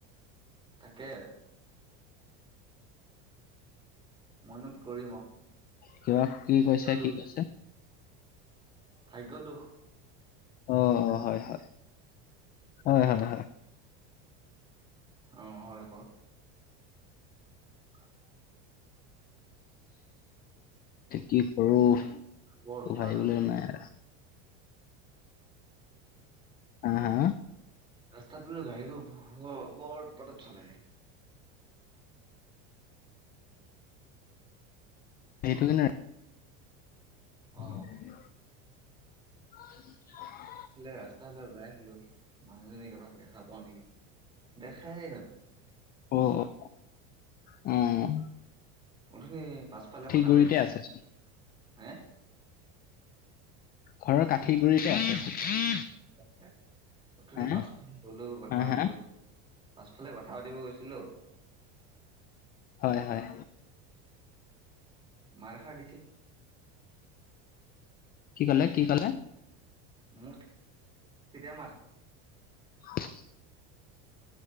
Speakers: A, on the right; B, on the left.
A: তাকে। মইনো কি কৰিম আৰু,
B: কিবা কি
A: ভাগ্য
B: কৈছে
A: দুখ
B: কি
A: যে।
B: কৈছে
A: ভাগ্য দুখ।
B: অ' হয় হয়, হয় হয় হয়।
A: অ' হয় কওক। <inaudible>
B: কি কৰোঁ ভাবিবলৈ
A: বৰ উৎপাত হৈছিল
B: নাই আৰু। হা, হা
A: ৰাস্তাত বোলো গাড়ীবোৰ ব-বৰ উৎপাতত চলে।
B: সেইটো কিনে <inaudible>
A: অ ইফালে ৰাস্তা ফালে ওলাই আহিলোঁ, মানুহজনী এপাক দেখা পাও নেকি দেখাই নাপায়।
B: অ' উম।
A: অথনি পাছফালে কথা
B: গুৰিতে
A: পাতি,
B: আছে চোন
A: হে?
B: ঘৰৰ কাঠিৰ গুৰিতে আছে।
A: হয়। অথনি
B: হা
A: পাছ <unintelligible> গ'লো কথা
B: হা
A: পাতিব
B: হা
A: পাছফালে কথা পাতিব গৈছিলোঁ
B: হয় হয়।
A: মাত এষাৰ দিছিলো
B: কি ক'লে, কি ক'লে?
A: মোৰ তেতিয়া মাত
B: <inaudible>